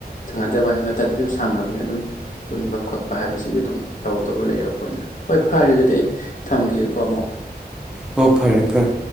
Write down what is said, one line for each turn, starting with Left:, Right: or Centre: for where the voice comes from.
Left: ꯁꯪꯅꯗꯕꯅꯤ ꯃꯇꯝꯟꯗꯤ ꯑꯗꯨꯝ ꯁꯪꯉꯕꯅꯤ ꯑꯗꯨꯝ ꯄꯨꯟꯕ ꯈꯣꯠꯄ ꯍꯥꯏꯕꯁꯤꯗꯤ ꯑꯗꯨꯝ ꯇꯧꯔꯗꯧꯕ ꯂꯩꯔꯦꯄꯣꯏꯅ ꯍꯣꯏ ꯐꯔꯦ ꯑꯗꯨꯗꯤ ꯑꯩ ꯊꯥꯝꯒ ꯀ ꯑꯃꯃꯣ
Centre: ꯍꯣ ꯐꯔꯦ ꯐꯔꯦ